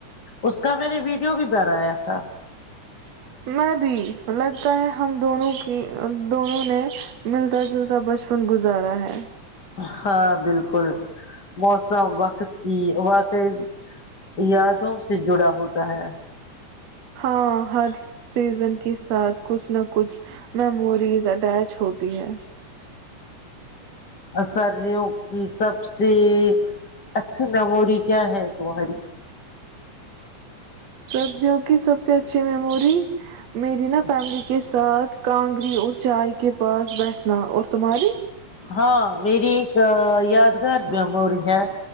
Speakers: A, on the left; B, on the right.
A: اس کا میں نے ویڈیو بھی بنایا تھا
B: میں بھی لگتا ہے ہم دونوں کی دونوں نے ملتا جلتا بچپن گزارا ہے
A: ہاں بالکل موسم وقت کی واقعی یادوں سے جڑا ہوتا ہے
B: ہاں ہر سیزن کے ساتھ کچھ نہ کچھ میموریز اٹیچ ہوتی ہے
A: سروں کی سب سے اچھی میموری کیا ہے تمہاری
B: سردیوں کی سب سے اچھی میموری میری نا فیملی کے ساتھ کانگری اور چائے کے پاس بیٹھنا اور تمہاری
A: ہاں میری ایک یادگار میموری ہے